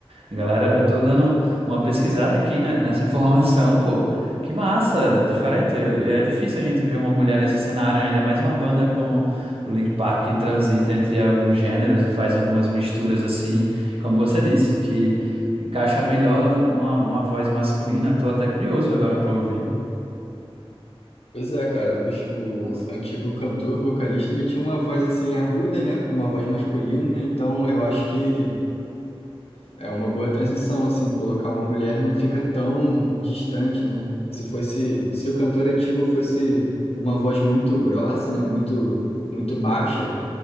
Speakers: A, on the right (about 70°); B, on the left (about 85°).
A: Galera, eu tô dando uma pesquisada aqui, né, <laughs> nessa informação, pô. Que massa, diferente. É difícil a gente ver uma mulher nesse cenário, né? ainda mais uma banda como o Linkin Park que transita entre alguns gêneros e faz algumas misturas assim, como você disse, que encaixa melhor nu- numa, numa voz masculina. Tô até curioso agora pra ouvir.
B: Pois é, cara, o, o
A: Massa.
B: antigo cantor, vocalista, ele tinha uma voz, assim, aguda, né, para uma voz masculina, então eu acho que É uma boa transição, assim, colocar uma mulher não fica tão distante, né? Se fosse, se o cantor antigo fosse uma voz muito grossa, né? Muito, muito baixa,